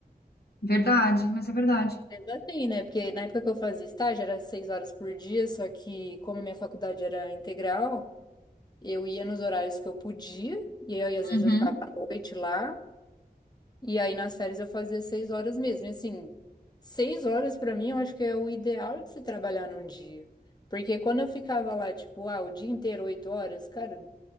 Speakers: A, on the left (about 80°); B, on the left (about 25°).
A: verdade, mas é verdade.
B: assim, né? Porque na época que eu fazia estágio era seis horas por dia, só que como a minha faculdade era integral, eu ia nos horários que eu podia, e aí às vezes
A: Uhum,
B: eu ficava à noite lá. E aí nas férias eu fazia seis horas mesmo. E assim, seis horas pra mim eu acho que é o ideal de se trabalhar num dia. Porque quando eu ficava lá, tipo, ah, o dia inteiro, oito horas, cara,